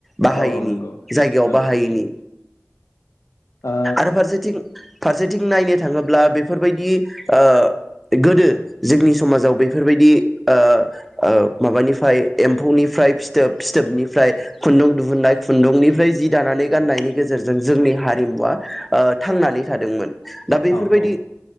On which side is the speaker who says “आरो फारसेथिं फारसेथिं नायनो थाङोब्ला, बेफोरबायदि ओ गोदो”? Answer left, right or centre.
Centre